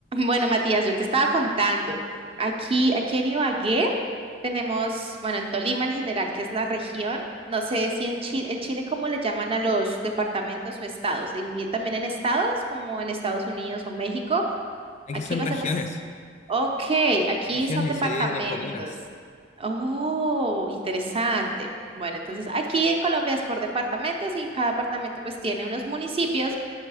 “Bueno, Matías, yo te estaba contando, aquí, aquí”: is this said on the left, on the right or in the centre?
Right